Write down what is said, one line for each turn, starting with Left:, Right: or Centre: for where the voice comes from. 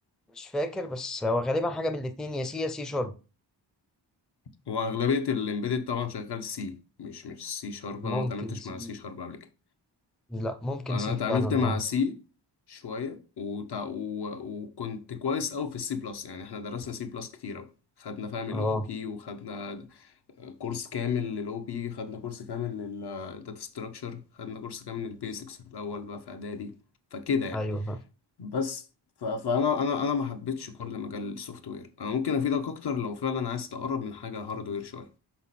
Centre: مش فاكر بس هو غالبا حاجة من الاتنين يا سي يا سي شارب
Left: واغلبيه الامبيدد طبعا شغال سي مش مش سي شارب
Centre: ممكن
Left: انا ما اتعاملتش
Centre: سي
Left: مع سي شارب قبل كده
Centre: لا ممكن
Left: انا
Centre: سي
Left: اتعاملت
Centre: فعلا
Left: مع
Centre: اه
Left: سي شويه وتع... و... وكنت كويس قوي في السي بلس يعني احنا درسنا سي بلس كتير قوي خدنا فاهم الاو
Centre: اه
Left: بي وخدنا كورس كامل للاو بي خدنا كورس كامل للداتا ستراكشر خدنا كورس كامل للبيزكس في الاول بقى في اعدادي فكده يعني
Centre: ايوه
Left: بس ف- فانا انا انا ما حبيتش كل مجال السوفت وير انا ممكن افيدك اكتر لو فعلا عايز تقرب من حاجه هاردوير شويه